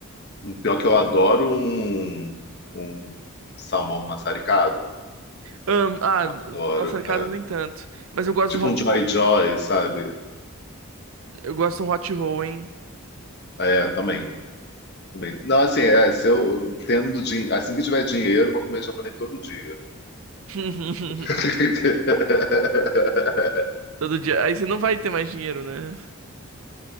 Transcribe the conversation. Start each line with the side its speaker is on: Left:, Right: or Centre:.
Left: Um- Pior que eu adoro um, um salmão maçaricado.
Right: Ahn, ah,
Left: Eu Adoro,
Right: maçaricada
Left: cara.
Right: nem tanto. Mas eu gosto
Left: Tipo
Right: do hot
Left: um Joy
Right: roll.
Left: Joy, sabe?
Right: Eu gosto de um hot roll, hein?
Left: É, também. Também. Não, assim, é, se eu tendo din- assim que tiver dinheiro, eu vou comer japonês todo dia.
Right: <laughs>
Left: <laughs>
Right: Todo dia. Aí você não vai ter mais dinheiro, né?